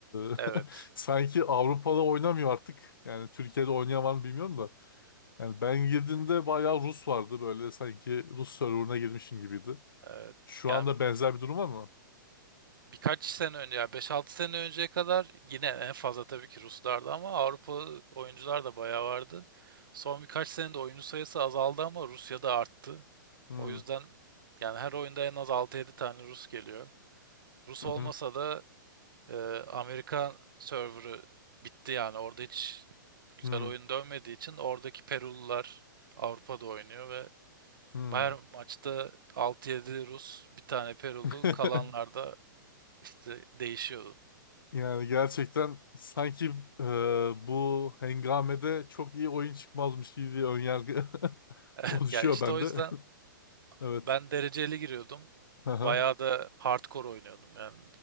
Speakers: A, on the left; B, on the right.
A: E,
B: Evet.
A: <laughs> sanki Avrupa'da oynamıyor artık. Yani Türkiye'de oynayan var mı bilmiyorum da. Yani ben girdiğimde bayağı Rus vardı böyle sanki Rus serverına girmişim gibiydi.
B: Evet
A: Şu
B: yani
A: anda benzer bir durum var mı?
B: birkaç sene önce ya beş altı sene önceye kadar yine en fazla tabii ki Ruslardı ama Avrupa oyuncular da bayağı vardı. Son birkaç senede oyuncu sayısı azaldı ama Rusya'da arttı.
A: Hmm.
B: O yüzden yani her oyunda en az altı yedi tane Rus geliyor. Rus
A: Hı
B: olmasa
A: hı.
B: da e, Amerikan serverı bitti yani orada hiç güzel
A: Hmm.
B: oyun dönmediği için oradaki Perulular Avrupa'da oynuyor ve
A: Hmm.
B: her maçta altı yedi Rus, bir tane Perulu,
A: <laughs>
B: kalanlar da İşte değişiyordu.
A: Yani gerçekten sanki e, bu hengamede çok iyi oyun çıkmazmış gibi bir önyargı <laughs>
B: <laughs>
A: oluşuyor
B: Ya işte
A: bende.
B: o yüzden
A: <laughs> Evet.
B: ben dereceli giriyordum.
A: Aha.
B: Bayağı da hardcore oynuyordum yani.